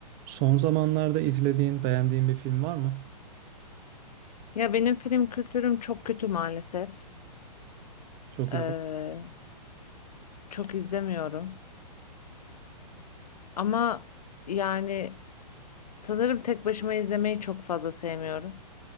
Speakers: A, on the right; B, on the left.
A: Son zamanlarda izlediğin, beğendiğin bir film var mı?
B: Ya benim film kültürüm çok kötü maalesef.
A: Çok
B: Ee,
A: izle.
B: çok izlemiyorum. Ama yani sanırım tek başıma izlemeyi çok fazla sevmiyorum.